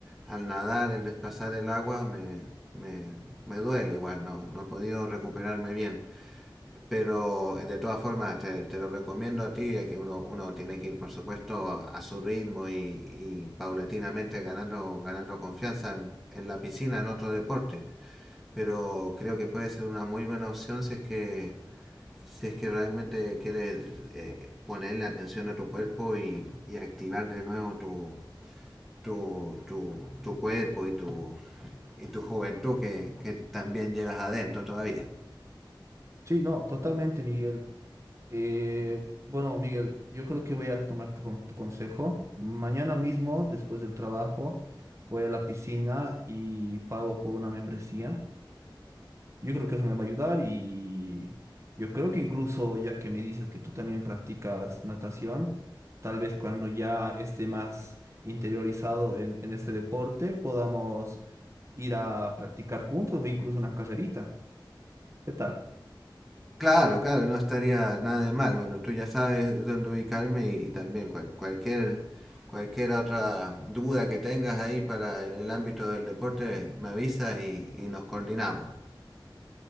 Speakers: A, in the centre; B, on the right.
A: al nadar, el desplazar el agua, me, me, me duele igual, no, no he podido recuperarme bien. Pero eh, de todas formas, te, te lo recomiendo a ti, ya que uno, uno tiene que ir, por supuesto, a su ritmo y, y paulatinamente ganando, ganando confianza en, en la piscina, en otro deporte pero creo que puede ser una muy buena opción si es que si es que realmente quieres eh, ponerle atención a tu cuerpo y, y activar de nuevo tu, tu, tu, tu cuerpo y tu, y tu juventud que, que también llevas adentro todavía.
B: Sí, no, totalmente, Miguel. Eh, bueno, Miguel, yo creo que voy a tomar tu, con- tu consejo. Mañana mismo, después del trabajo, voy a la piscina y pago por una membresía. Yo creo que eso me va a ayudar y yo creo que incluso ya que me dices que tú también practicas natación, tal vez cuando ya esté más interiorizado en, en este deporte, podamos ir a practicar juntos o incluso una carrerita. ¿Qué tal?
A: Claro, claro, no estaría nada de mal. Bueno, tú ya sabes dónde ubicarme y, y también cual- cualquier, cualquier otra duda que tengas ahí para el, el ámbito del deporte, me avisas y, y nos coordinamos.